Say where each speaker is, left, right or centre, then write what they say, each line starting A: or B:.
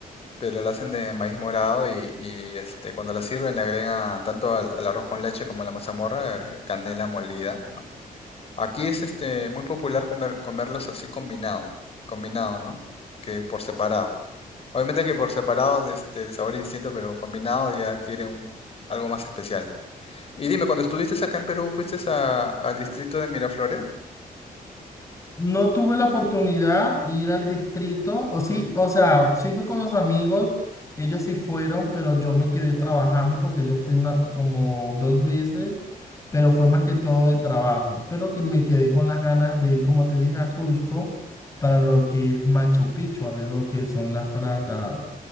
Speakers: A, on the left (about 40°); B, on the left (about 20°).
A: pero la hacen de maíz morado y, y, este, cuando la sirven le agregan tanto al, al arroz con leche como a la mazamorra eh, canela molida, ¿no? Aquí es este, muy popular comer- comerlos así combinado, combinado, ¿no? Que por separado. Obviamente que por separado este, el sabor es distinto, pero combinado ya adquiere un, algo más especial. Y dime, cuando estuviste acá en Perú, ¿fuiste a- al distrito de Miraflores?
B: No tuve la oportunidad de ir al distrito, o sí, o sea, sí fui con los amigos, ellos sí fueron, pero yo me quedé trabajando porque yo fui una, como dos veces, pero fue más que todo de trabajo, pero que me quedé con las ganas de ir, como te dije, a Cusco para lo que es Machu Picchu, a ver lo que son las, fra- la-